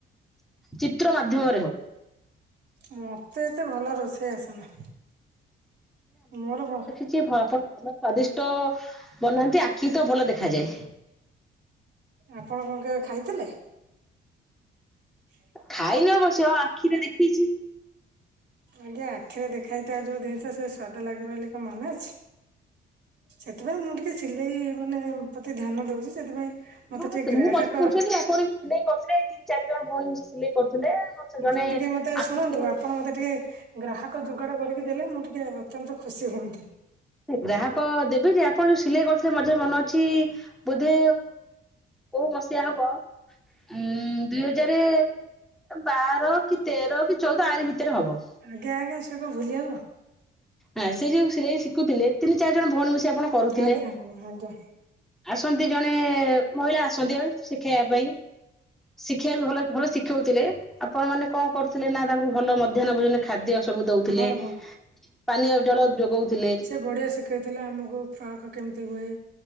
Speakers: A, in the centre; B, on the right.
A: ଚିତ୍ର ମାଧ୍ୟମରେ ହଉ।
B: ମତେ ଏତେ ଭଲ ରୋଷେଇ ଆସେନା। ମୋର।
A: ସିଏ ଆପଣ ଭଲ ସ୍ଵାଦିଷ୍ଟ ବନାନ୍ତି ଆଖିକି ତ ଭଲ ଦେଖାଯାଏ।
B: ଆପଣ କଣ କେବେ ଖାଇଥିଲେ? <unintelligible>
A: ଖାଇନି ଅବଶ୍ୟ ଆଖିରେ ଦେଖିଚି।
B: ଆଜ୍ଞା, ଆଖିରେ ଦେଖାଇଥିବା ଯୋଉ ଜିନିଷ ସେ ସ୍ଵାଦ ଲାଗିବ ବୋଲି କଣ ମାନେ ଅଛି। ସେଥିପାଇଁ ମୁଁ ଟିକେ ସିଲେଇ ମାନେ ପ୍ରତି ଧ୍ୟାନ ଦଉଚି ସେଥିପାଇଁ।
A: <unintelligible>
B: ମତେ ଟିକେ ଗ୍ରାହକ ଯେମିତିକି ମତେ
A: ଆଖିରେ
B: ଶୁଣନ୍ତୁ, ଆପଣ ମତେ ଟିକେ। ଗ୍ରାହକ ଯୋଗାଡ଼ କରିକି ଦେଲେ ମୁଁ ଟିକେ ଅତ୍ୟନ୍ତ ଖୁସି ହୁଅନ୍ତି।
A: ଗ୍ରାହକ ଦେବି ଯେ ଆପଣ ଯୋଉ ସିଲେଇ କରୁଥିଲେ ମଝିରେ ମନେ ଅଛି। ବୋଧେ କୋଉ ମସିହା ହବ ଉ ଦୁଇ ହଜାରେ। ବାର କି ତେର କି ଚଉଦ ଆରିି ଭିତେରେ ହବ।
B: ଆଜ୍ଞା ଆଜ୍ଞା ସେ କଣ ଭୁଲି ହବ।
A: ହଁ, ସେ ଯୋଉ ସିଲେଇ ଶିଖୁଥିଲେ ତିନି, ଚାରି ଜଣ ଭଉଣୀ ମିଶି ଆପଣ କରୁଥିଲେ।
B: ଆଜ୍ଞା ଆଜ୍ଞା ଆଜ୍ଞା
A: ଆସନ୍ତି ଜଣେ ମହିଳା ଆସନ୍ତି ଆଉ ଶିଖେଇଆ ପାଇଁ। ଶିଖେଇବେ ବି ଭଲ ଭଲ ଶିଖଉଥିଲେ, ଆପଣ ମାନେ କଣ କରୁଥିଲେ ନା ତାଙ୍କୁ ଭଲ ମଧ୍ୟାହ୍ନ ଭୋଜନ। ଖାଦ୍ୟ ସବୁ ଦଉଥିଲେ,
B: ହଁ ହଁ
A: ପାନୀୟ ଜଳ ଯୋଗଉଥିଲେ।
B: ବଢଆ ଶିକ। ଶିଖେଇଥିଲେ ଆମୁକୁ ଫ୍ରକ୍ କେମିତି ହୁଏ,